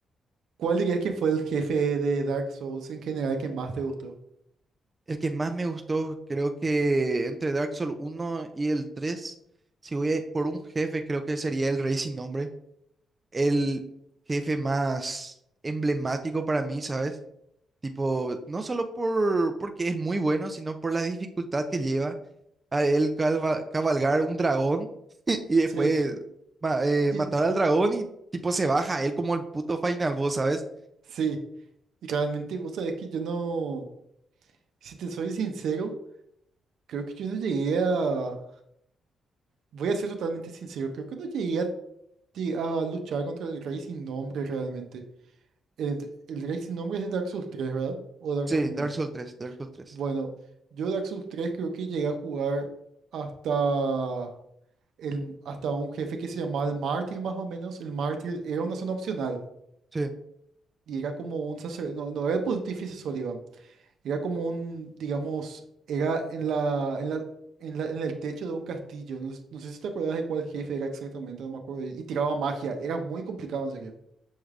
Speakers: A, on the right; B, on the right.
A: cuál dirías que fue el jefe de Dark Souls en general que más te gustó?
B: el que más me gustó, creo que entre Dark Souls uno y el tres si voy a ir por un jefe, creo que sería el Rey Sin Nombre, el jefe más emblemático para mí, ¿sabes? Tipo, no solo por porque es muy bueno, sino por la dificultad que lleva a él calva- cabalgar un dragón <laughs> y después
A: Sí,
B: ma- eh,
A: y,
B: matar al dragón y tipo se baja él como el puto final boss, ¿sabes?
A: sí. Y realmente, vos sabés que yo no. Si te soy sincero, creo que yo no llegué a... Voy a ser totalmente sincero, creo que no llegué a, ti- a luchar contra el Rey sin nombre realmente. El, el Rey sin nombre es de Dark Souls 3, ¿verdad? O Dark
B: Sí,
A: Souls 1.
B: Dark Souls tres Dark Souls tres
A: Bueno, yo Dark Souls 3 creo que llegué a jugar hasta, el, hasta un jefe que se llamaba el Mártir más o menos. El Mártir era una zona opcional
B: Sí.
A: y era como un sacerdote, no, no era el Pontífice Sullivan. Era como un, digamos, era en la, en la, en la- en el techo de un castillo. No, s- no sé si te acuerdas de cuál jefe era exactamente, no me acuerdo bien. Y tiraba magia. Era muy complicado, en serio.